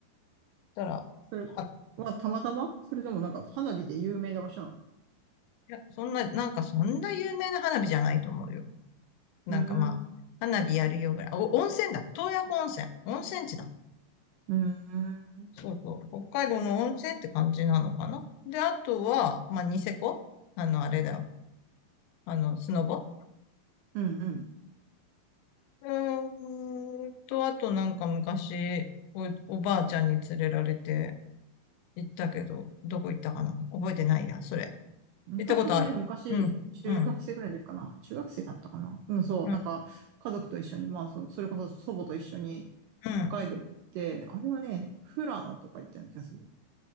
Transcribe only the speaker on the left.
だか
ら、
いや、そんな、なんかそんな有名な花火じゃないと思うよ。なんかまあ、
花火やるよぐらい。あお、温泉だ。洞爺湖温泉。温泉地だ。
そうそう。北海道の温泉って感じなのかな。で、あとは、まあ、ニセコあの、あれだよ。あの、スノボ
うーんと、あとなんか昔、お、おばあちゃんに連れられて行ったけど、どこ行ったかな覚えてないや、それ。
行ったことある。
うん、
うん、
うん、
うん。